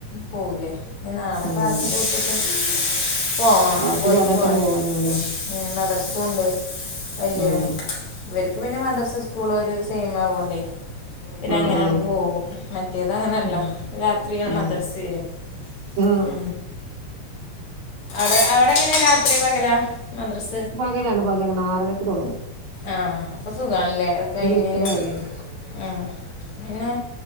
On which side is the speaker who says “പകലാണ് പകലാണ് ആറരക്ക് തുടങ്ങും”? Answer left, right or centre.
Right